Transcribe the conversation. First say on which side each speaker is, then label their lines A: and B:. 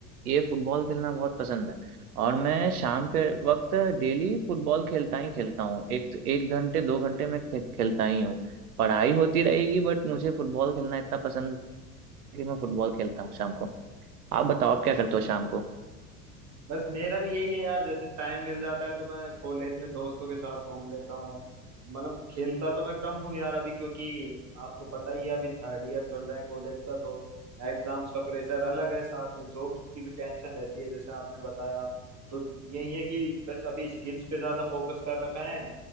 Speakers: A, on the right; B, on the right.
A: ये फुटबॉल खेलना बहुत पसंद है और मैं शाम के वक्त डेली फुटबॉल खेलता ही खेलता हूँ एक एक घंटे दो घंटे मैं खे, खेलता ही हूँ पढ़ाई होती रहेगी बट मुझे फुटबॉल खेलना इतना पसंद है कि मैं फुटबॉल खेलता हूँ शाम को आप बताओ आप क्या करते हो शाम को
B: बस मेरा भी यही है यार जैसे टाइम मिल जाता है तो मैं कॉलेज में दोस्तों के साथ घूम लेता हूँ मतलब खेलता तो मैं कम हूँ यार अभी क्योंकि आपको पता ही है अभी थर्ड ईयर चल रहा है कॉलेज का तो एग्जाम्स का प्रेशर अलग है साथ में जॉब की भी टेंशन रहती है जैसे आपने बताया तो यही है कि बस अभी स्किल्स पे ज्यादा फोकस कर रखा है